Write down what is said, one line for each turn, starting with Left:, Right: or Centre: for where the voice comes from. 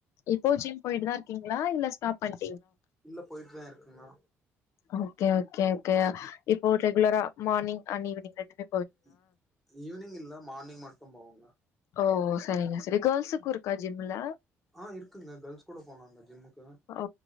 Left: இப்போ ஜிம் போயிட்டுதா இருக் ங்களா இல்ல ஸ்டாப் பண்ணி
Centre: இல்ல போய்ட்டுதா இருக்கேமா
Left: ஓகே ஓகே ஓ இப்போ ரெகுலரா மார்னிங் அன் ஈவ்னிங் ரெண்டு
Centre: ஈ ஈவினிங் இல்ல மார்னிங் மட்டு போவங்க
Left: ஓ செரிங்க செரி கேர்ள்ஸுக்கு இருக்கா ஜிம்ல
Centre: ஆஹ் இருக்குங்க கேர்ள்ஸ் கூட போளாங்க ஜிம்முக்கு
Left: ஓ